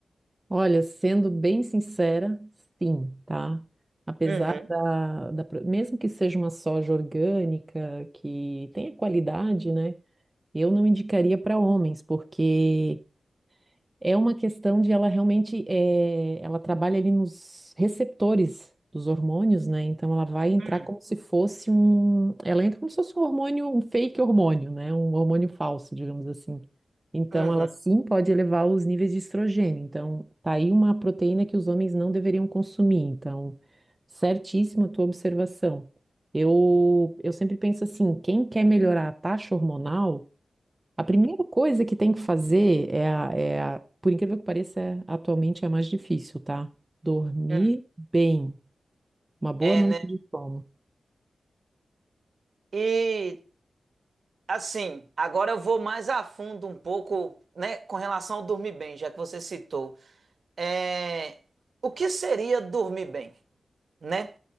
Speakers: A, on the right; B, on the right.
A: Olha, sendo bem sincera, sim, tá? Apesar
B: Uhum.
A: da, da, pro- mesmo que seja uma soja orgânica, que tenha qualidade, né? Eu não indicaria para homens, porque É uma questão de ela realmente, eh, ela trabalha ali nos receptores dos hormônios, né? Então ela vai entrar
B: Uhum.
A: como se fosse um, ela entra como se fosse um hormônio, um fake hormônio, né? Um hormônio falso, digamos assim. Então
B: Uhum.
A: ela sim pode elevar os níveis de estrogênio. Então tá aí uma proteína que os homens não deveriam consumir. Então, certíssima a tua observação. Eu, eu sempre penso assim, quem quer melhorar a taxa hormonal a primeira coisa que tem que fazer é a, é a- por incrível que pareça, é- atualmente é a mais difícil, tá? Dormir
B: Uhum.
A: bem, uma boa
B: É,
A: noite
B: né?
A: de sono.
B: E Assim, agora eu vou mais a fundo um pouco, né, com relação ao dormir bem, já que você citou. É, o que seria dormir bem, né?